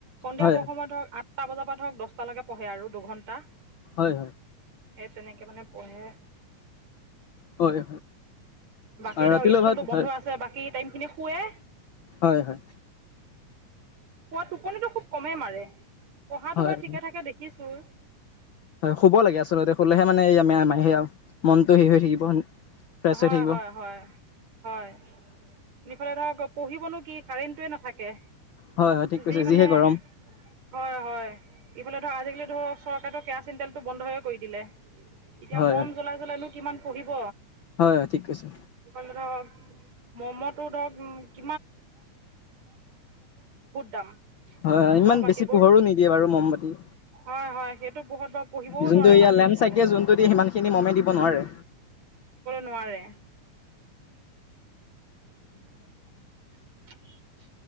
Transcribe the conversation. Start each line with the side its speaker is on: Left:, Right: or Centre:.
Right: সন্ধিয়া
Left: হয়
Right: প সময়ত হওক আঠটা বজাৰ পৰা ধৰক দশটালৈকে পঢ়ে আৰু দুঘন্টা।
Left: হয়,
Right: সেই তেনেকে মানে পঢ়ে।
Left: হয়,
Right: বাকী
Left: আৰু
Right: ধৰক
Left: ৰাতিলৈ
Right: স্কুলটো
Left: ভাত হয়
Right: বন্ধ আছে বাকী টাইম খিনি শুৱে।
Left: হয়, হয়।
Right: পোৱা টোপনিটো খুব কমেই মাৰে পঢ়াটো
Left: হয়
Right: বাৰু ঠিকে থঠাকে দেখিছো। <unintelligible>
Left: হয় শুব লাগে আচলতে, শুলেহে মানে <unintelligible> মনটো হেৰি হৈ থাকিব ফ্ৰেছ
Right: হয়,
Left: হৈ থাকিব
Right: হয়, হয়, হয়, নিফালে ধৰক পঢ়িবনো কি কাৰেণ্টোয়ে নাথাকে।
Left: হয় হয় ঠিক কৈছে
Right: যি মানে,
Left: যিহে গৰম
Right: হয়, হয়। ইফালে ধৰ আজিকালি ধৰক চৰকাৰেতো কেৰাচিন তেলটো বন্ধইে কৰি দিলে। এতিয়া
Left: হয়
Right: মম জ্বলাই জ্বলাইনো কিমান পঢ়িব?
Left: হয়, হয়, ঠিক আছে
Right: ক ধৰক মমতো ধৰক দাম
Left: হয়, ইমান
Right: মম বাতিবোৰ
Left: বেছি পোহৰো নিদিয়ে বাৰু মমবাতি।
Right: হয় হয় সেইটো পঢ়ত বাৰু পঢ়িবও
Left: যোনটো
Right: নোৱাৰে
Left: এয়া
Right: ভালকে
Left: লেম্প
Right: সিফালে।
Left: চাকিয়ে যোনটো দিয়ে সিমানখিনি মমে দিব নোৱাৰে
Right: নাৰে। <inaudible>